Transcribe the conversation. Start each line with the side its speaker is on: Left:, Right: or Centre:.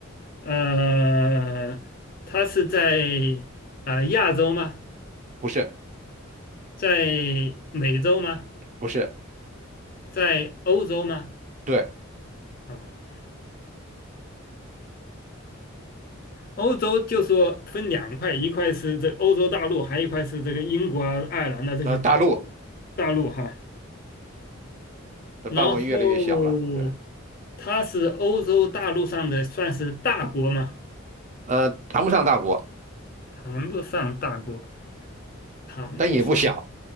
Left: 呃，它是在啊、亚洲吗？
Right: 不是
Left: 在美洲吗？
Right: 不是，
Left: 在欧洲吗？
Right: 对，
Left: 啊，欧洲就说分两块，一块是这欧洲大陆，还有一块是这个英国啊、爱尔兰的这些岛国
Right: 呃，大陆
Left: 大陆哈。
Right: 的范围越来越小了，
Left: 然后
Right: 对，
Left: 它是欧洲大陆上的算是大国吗？
Right: 呃，谈不上大国，
Left: 谈不上大国，谈不上
Right: 但也不小，